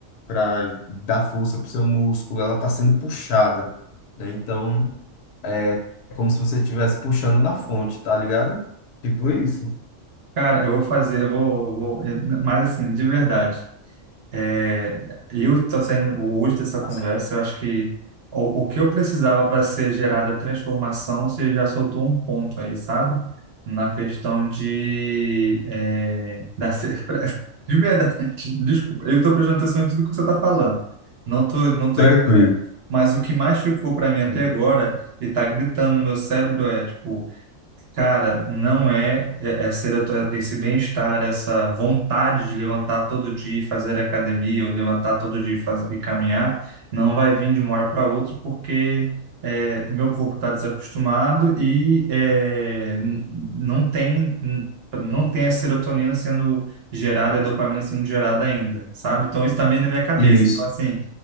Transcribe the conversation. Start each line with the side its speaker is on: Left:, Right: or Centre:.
Left: para dar força para o seu músculo, ela está sendo puxada, né? Então, é como se você estivesse puxando na fonte, tá ligado? Tipo isso.
Right: Cara, eu vou fazer, eu vou, eu vou, eh, mas assim, de verdade. É, eu tô saindo hoje dessa conversa,
Left: Tá certo.
Right: eu acho que o, o que eu precisava para ser gerada a transformação, você já soltou um ponto aí, sabe? Na questão de é, da ser, <laughs> de verdade, <laughs> desculpa, eu estou prestando atenção em tudo que você está falando. Não tô, não tô
Left: Tranquilo.
Right: ignorando. Mas o que mais ficou para mim até
Left: Sim.
Right: agora e está gritando no meu cérebro é tipo Cara, não é é- essa ereto- esse bem-estar, essa vontade de levantar todo dia e fazer academia, ou levantar todo dia e, faz- e caminhar, não vai vir de uma hora para outra, porque é, meu corpo está desacostumado e é, n- não tem n- não tem a serotonina sendo gerada, a dopamina sendo gerada ainda, sabe? Então isso também na minha cabeça.
Left: Isso,
Right: Então assim,